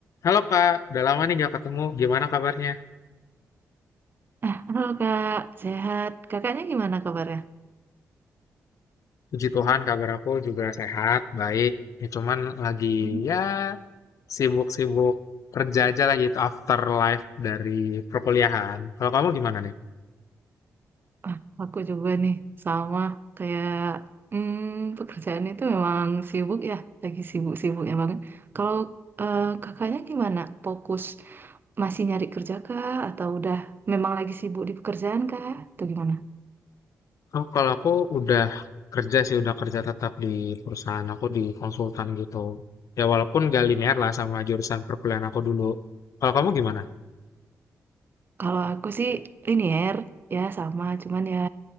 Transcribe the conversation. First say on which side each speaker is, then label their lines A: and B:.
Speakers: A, on the left; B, on the right.
A: Halo Kak, udah lama nih gak ketemu. Gimana kabarnya?
B: ah halo Kak, sehat. Kakaknya gimana kabarnya?
A: Puji Tuhan, kabar aku juga sehat, baik. Ya, cuman lagi
B: Hmm.
A: ya sibuk-sibuk kerja aja lagi itu afterlife dari perkuliahan. Kalau kamu gimana nih?
B: Ah, aku juga nih, sama kayak hmm, pekerjaan itu memang sibuk ya, lagi sibuk-sibuknya banget. Kalau eh, kakaknya gimana? Fokus masih nyari kerja kah? Atau udah memang lagi sibuk di pekerjaan kah? Atau gimana?
A: Oh, kalau aku udah kerja sih, udah kerja tetap di perusahaan aku di konsultan gitu. Ya walaupun gak linear lah sama jurusan perkuliahan aku dulu. Kalau kamu gimana?
B: Kalau aku sih linier ya sama, cuman ya